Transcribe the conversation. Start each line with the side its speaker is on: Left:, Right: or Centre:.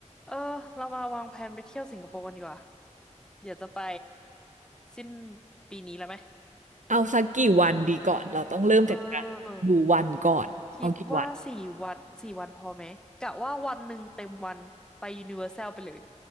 Centre: เออเรามาวางแผนไปเที่ยวสิงคโปร์กันดีกว่าเดี๋ยวจะไปสิ้นปีนี้แล้วไหม
Right: เอาสักกี่วันดีก่อน เราต้องเริ่มจากการดูวันก่อนเอากี่วัน
Centre: เออคิดว่าสี่วันสี่วันพอไหมกะว่าวันหนึ่งเต็มวันไปยูนิเวอร์แซลไปเลย